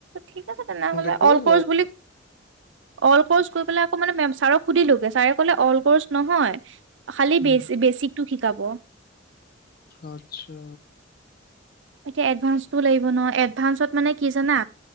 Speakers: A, on the right (about 75°); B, on the left (about 50°).
A: ঠিক আছে তেনেহলে
B: এ কৰি
A: অল
B: লোৱা
A: কৰ্চ বুলি অল কৰ্চ কৰি পেলাই আকৌ মানে মে ছাৰক সুধিলোগে ছাৰে কলে অল ক'ৰ্চ নহয় খালি
B: উম
A: বেছ বেছিকটো শিকাব
B: আচ্ছা।
A: এতিয়া এডভান্স লাগিব নহয় এডভান্সত মানে কি জানা